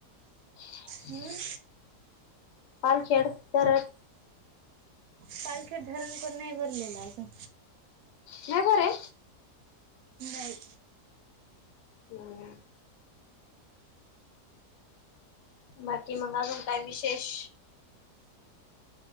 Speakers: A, on the left; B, on the right.
A: <inaudible>
B: हम्म
A: पालखेड तरड
B: पालख्या धरण कोण नाही भरलेलं अजून.
A: हे घर आहे?
B: नाही.
A: हम्म, हम्म. बाकी मी तुला मग अजून काय विशेष?